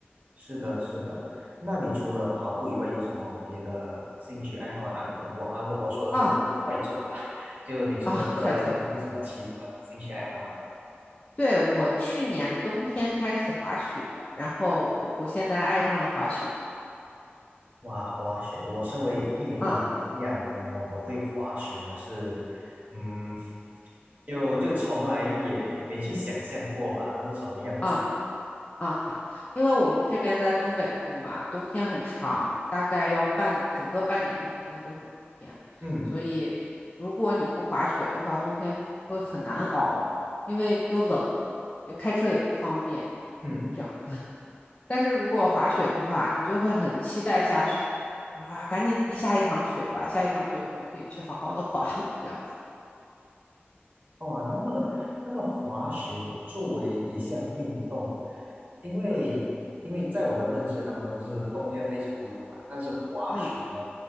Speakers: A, on the right; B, on the left.
A: 是的，是的。那你除了跑步以外，
B: 嗯
A: 有什么别的兴趣爱好吗？啊，我啊，我我说的是你是快走吧？
B: 啊
A: <laughs> 就你除了这有有什么其他的兴趣爱好吗？
B: 啊，快走！对，我去年冬天开始滑雪，然后我我现在爱上了滑雪。
A: 哇，滑雪！我身为一名马来西亚人呢，
B: 啊
A: 我对滑雪呢是，嗯，就就从来也没去想象过吧，它是什么样子。
B: 啊啊，因为我们这边在东北部嘛，冬天很长，大概要半整个半年的时间都是冬天，
A: 嗯
B: 所以如果你不滑雪的话，冬天就会很难熬，因为又冷，呃开车也不方便，
A: 嗯。
B: 这样子。但是如果滑雪的话，你就会很期待下雪，你说啊，赶紧下一场雪吧，下一场雪我就可以去好好的滑了，这样子。
A: 哦，那么那么滑雪作为一项运动，因为因为在我的认知当中，
B: 嗯
A: 就是冬天非常冷嘛，但是滑雪呢，
B: 嗯